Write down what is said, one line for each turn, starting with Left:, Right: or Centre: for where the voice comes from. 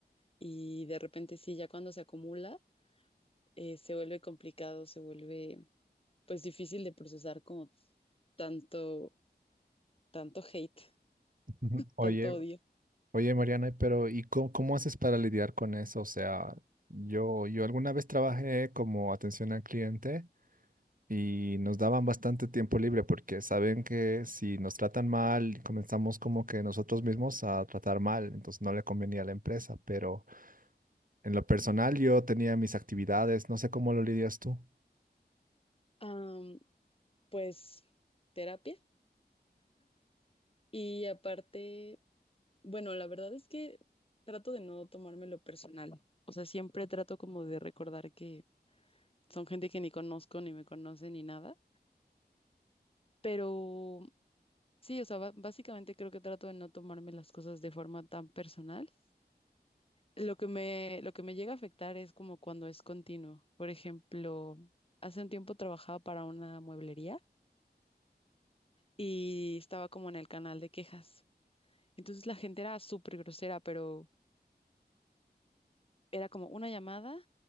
Left: y de repente sí, ya cuando se acumula, eh, se vuelve complicado, se vuelve pues difícil de procesar como tanto, tanto hate,
Right: Ujú. Oye,
Left: tanto odio.
Right: oye Mariana, pero ¿y cómo, cómo haces para lidiar con eso? O sea, yo, yo alguna vez trabajé como atención al cliente y nos daban bastante tiempo libre porque saben que si nos tratan mal, comenzamos como que nosotros mismos a tratar mal, entonces no le convenía a la empresa, pero en lo personal yo tenía mis actividades, no sé cómo lo lidias tú.
Left: Am, pues terapia. Y aparte, bueno, la verdad es que trato de no tomármelo personal. O sea, siempre trato como de recordar que son gente que ni conozco, ni me conoce, ni nada. Pero sí, o sea, ba- básicamente creo que trato de no tomarme las cosas de forma tan personal. Lo que me, lo que me llega a afectar es como cuando es continuo. Por ejemplo, hace un tiempo trabajaba para una mueblería y estaba como en el canal de quejas. Entonces la gente era súper grosera, pero era como una llamada